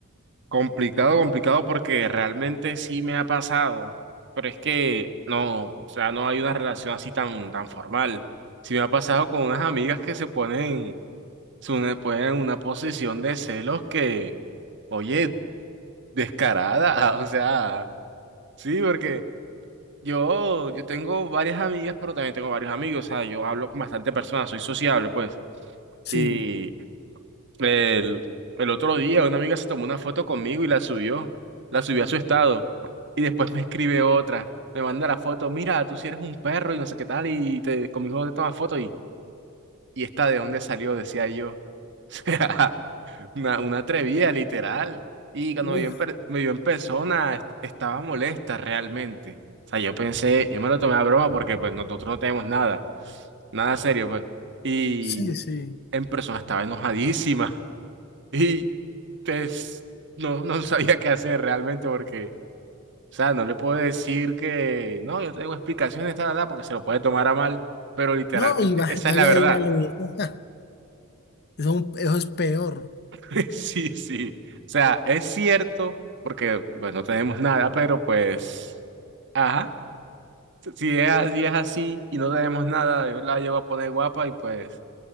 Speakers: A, on the right (about 55°); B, on the left (about 50°).
A: complicado, complicado porque realmente sí me ha pasado, pero es que no, o sea, no hay una relación así tan, tan formal. Sí me ha pasado con unas amigas que se ponen, se une- ponen en una posición de celos que, oye, descarada, <laughs> o sea, sí, porque... Yo, yo tengo varias amigas, pero también tengo varios amigos. O sea, yo hablo con bastante personas, soy sociable, pues.
B: Sí.
A: Y el, el otro día una amiga se tomó una foto conmigo y la subió, la subió a su estado. Y después me escribe otra, me manda la foto, mira, tú sí eres un perro y no sé qué tal, y te, conmigo te tomas foto y, y esta de dónde salió, decía yo. <laughs> Una, una atrevida, literal. Y cuando
B: Uf,
A: me vio en, per- me vio en persona, est- estaba molesta realmente. O sea, yo pensé, yo me lo tomé a broma porque pues nosotros no tenemos nada, nada serio, pues. Y
B: sí, sí.
A: en persona estaba enojadísima. <laughs> Y pues no, no sabía qué hacer realmente porque, o sea, no le puedo decir que, no, yo tengo explicaciones, tal, tal, porque se lo puede tomar a mal, pero literalmente,
B: No, y va-
A: esa
B: vaya,
A: es la verdad.
B: dígale. <laughs> Eso, es un- eso es peor.
A: <laughs> Sí, sí. O sea, es cierto, porque pues no tenemos nada, pero pues, ajá, si es, así- es así y no tenemos nada, yo la llevo a poner guapa y pues